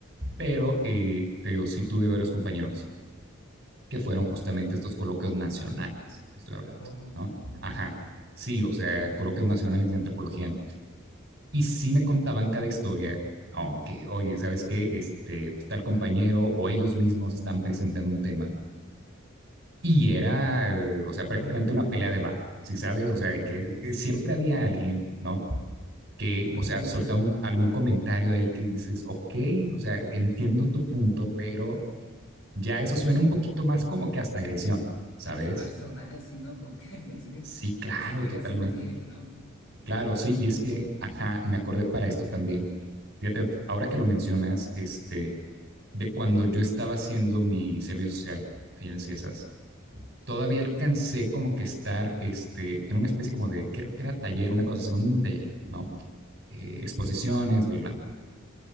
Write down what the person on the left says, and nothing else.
Oh,
ujú.
Mm,
sí, sí,
sí.
Ujú.
El personaje, sí, ¿no? Como que <laughs> sí,
se llega
a sentir, ¿no?
Tiene...
Mm,